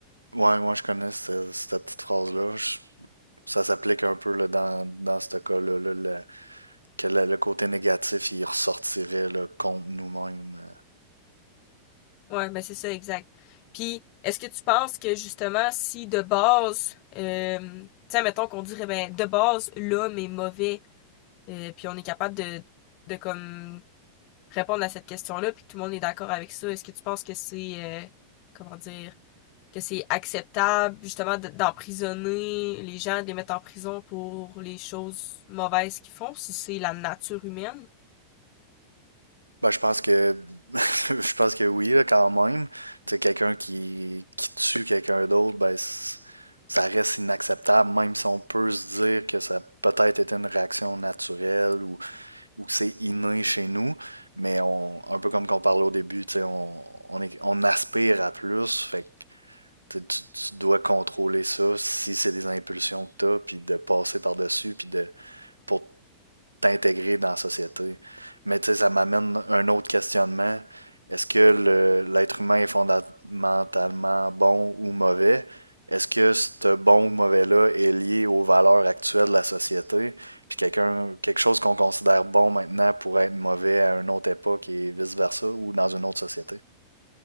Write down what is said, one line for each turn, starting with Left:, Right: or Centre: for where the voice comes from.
Right: Ouais, moi je connais ce- cette petite phrase-là. Je- Ça s'applique un peu là, dans, dans ce cas-là, là, le- que le, le côté négatif il ressortirait là, contre nous-mêmes. euh,
Left: Ouais, ben c'est ça, exact. Puis, est-ce que tu penses que justement, si de base, euh, tiens, mettons qu'on dirait, ben, de base, l'homme est mauvais, euh, puis on est capable de, de comme répondre à cette question-là, puis que tout le monde est d'accord avec ça, est-ce que tu penses que c'est, euh, comment dire, que c'est acceptable justement de- d'emprisonner les gens, de les mettre en prison pour les choses mauvaises qu'ils font, si c'est la nature humaine?
Right: Ben, je pense que <laughs> je pense que oui, là, quand même. Tu sais, quelqu'un qui, qui tue quelqu'un d'autre, ben c- ça reste inacceptable, même si on peut se dire que ça a peut-être été une réaction naturelle ou, ou que c'est inné chez nous. Mais on, un peu comme qu'on parlait au début, tu sais, on, on, est- on aspire à plus, fait que tu, sais, tu- tu dois contrôler ça si c'est des impulsions que tu as, puis de passer par-dessus, puis de pour t'intégrer dans la société. Mais tu sais, ça m'amène un autre questionnement. Est-ce que le- l'être humain est fondamentalement bon ou mauvais? Est-ce que ce bon ou mauvais-là est lié aux valeurs actuelles de la société? Puis quelqu'un, quelque chose qu'on considère bon maintenant pourrait être mauvais à une autre époque et vice-versa ou dans une autre société?